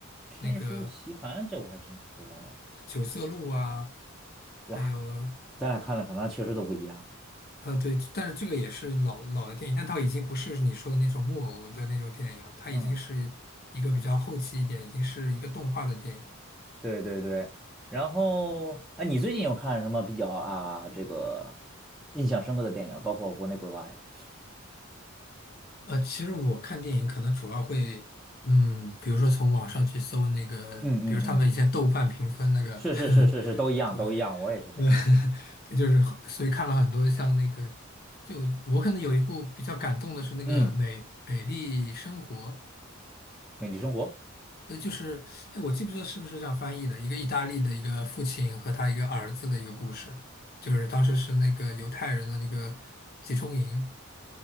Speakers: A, in the centre; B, on the left.
A: 《天书奇谭》这我还真不知道，
B: 那个《九色鹿》啊，还有
A: 哇，咱俩看的可能确实都不一样，
B: 呃，对，但是这个也是老老的电影，但它已经不是你说的那种木偶的那种电影了，它已经是一个比较后期一点，
A: 嗯。
B: 已经是一个动画的电影。
A: 对对对，然后啊，你最近有看什么比较啊这个印象深刻的电影，包括国内国外的？
B: 呃，其实我看电影可能主要会，嗯，比如说从网上去搜那个，
A: 嗯嗯嗯
B: 比如他们以前豆瓣评分那个，
A: 是是是是是，
B: <laughs>
A: 都一样都一样，
B: 对，
A: 我也是这样儿
B: 对 <laughs> 对，就是所以看了很多像那个，就我可能有一部比较感动的是那个《美美丽生活》，
A: 嗯，美丽生活，
B: 呃，就是，哎，我记不记得是不是这样翻译的？一个意大利的一个父亲和他一个儿子的一个故事，就是当时是那个犹太人的那个集中营，